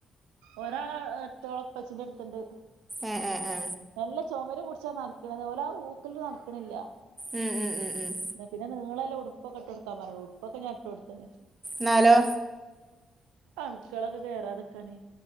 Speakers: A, on the right; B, on the right.
A: ഒരാള് എത്തോളെ ഒളെ ഇപ്പച്ചിന്റെ അടുത്ണ്ട്
B: ഏ എ ആ
A: മെല്ലെ ചുമര് പുടിച്ചാ നടക്കണത് ഓലാ ഊക്ക്ന് നടക്കണില്ല
B: ഉം ഉം ഉം ഉം
A: പിന്ന നീളല്ലെ ഉട്പ്പൊക്കെ ഇട്ട് കൊടുക്കാ പർ ഞ്ഞ് ഉടുപ്പൊക്കെ ഞാൻ ഇട്ട് കൊടുത്ത്
B: ന്നാ ലോ
A: അണുക്കളൊക്കെ കേറാതെക്കാന്